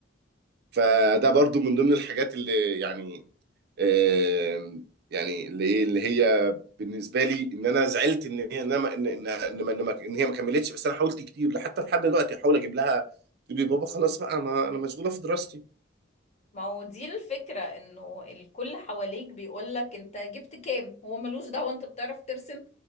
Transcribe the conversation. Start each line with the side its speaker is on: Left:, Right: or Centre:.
Right: فده برضو من ضمن الحاجات اللي يعني آم، يعني اللي ايه اللي هي بالنسبه لي ان انا زعلت ان هي ان أنا- ان ان ان ما- ان ما- إن هي ما كملتش بس انا حاولت كتير حتى لحد دلوقتي احاول اجيب لها تقول لي بابا خلاص بقى انا انا مشغوله في دراستي
Left: ما هو دي الفكرة انه الكل حواليك بيقولك انت جبت كام هو ملوش دعوة انت بتعرف ترسم